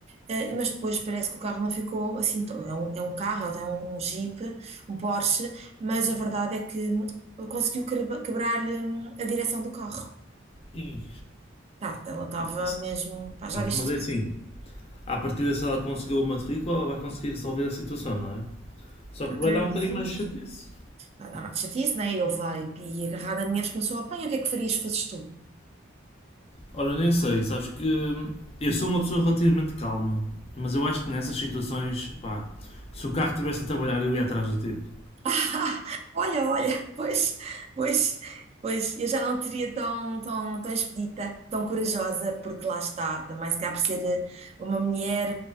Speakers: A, on the right; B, on the left.
A: Eh, mas depois parece que o carro não ficou assim, to- é um, é um carro, é um, um Jeep, um Porsche, mas a verdade é que hum, conseguiu quebra- quebrar-lhe hum, a direção do carro.
B: Ih,
A: Tá, ela estava
B: mas-
A: mesmo, pá, já
B: Pronto,
A: viste
B: mas é
A: isso?
B: assim. À partida, se ela conseguiu a matrícula, ela vai conseguir resolver a situação, não é? Só
A: Ah,
B: que vai
A: Creio
B: dar um
A: que
B: bocadinho
A: sim.
B: mais de chatice.
A: Pá, dá mais chatice, né? E houve lá e agarrada a dinheiros começou a apanhar, o que é que farias se fosses tu?
B: Ora, nem sei, sabes que hum, eu sou uma pessoa relativamente calma, mas eu acho que nessas situações, pá, se o carro estivesse a trabalhar, eu ia atrás do tipo.
A: <laughs> Olha, olha, pois, pois, pois, eu já não teria tão, tão, tão expedita, tão corajosa, porque lá está, também se calhar por ser eh, uma mulher,